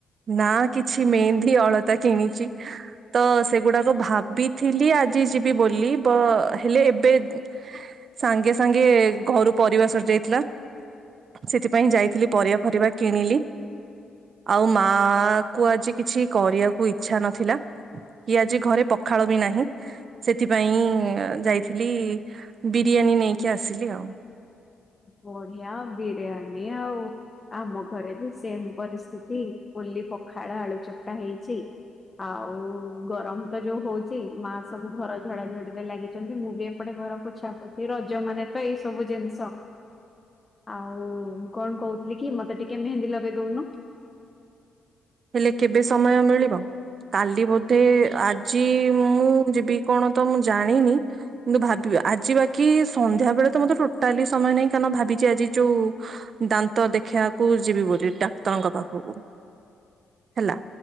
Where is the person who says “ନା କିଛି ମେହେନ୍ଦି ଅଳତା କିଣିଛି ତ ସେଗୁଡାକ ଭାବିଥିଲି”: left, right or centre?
Right